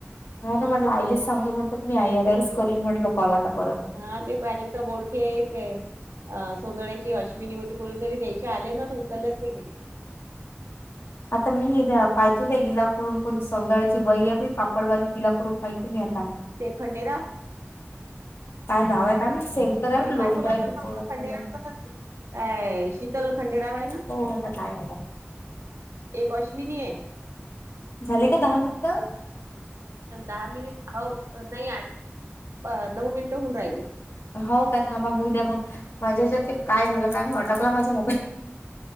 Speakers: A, on the left (about 65°); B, on the right (about 85°).
A: हा ना म्हटलं आईलेच सांगजू म्हट मी आई आल्यावरच करीन म्हटलो कॉल आता परत
B: हा ते प्राजक्ता बोडखे आहे ते सोंदळ्याची अश्विनी होती कोुणीतरी त्याची आले ना तर उचलल्यास नाही गेले.
A: आता मी द्या पाहतो त्या्या इिलाकडून कोणी सौंदळ्याची बई आहे पापडवाली तिलाकडून पाहिजे मी आता
B: ते खंडेेरा.
A: काय नाव आहे काय माहित सेंड करावे
B: मी
A: लोन
B: पाठवला
A: करायचं
B: तर न
A: कोण आहे
B: संंडेरावचा
A: ते.
B: काय शीतल खंडेराव आहे ना
A: हो आता काय
B: एक अश्विनी आहे.
A: झाले का दहा मिनिटं.
B: दहा मिनिट हो नाही आठ नऊ मिनिटं होऊन राहिले.
A: हो का थांबा बऊ द्या मग माझ्याच्या ते काय झालं काय मी अटकला माझा मोबाईल.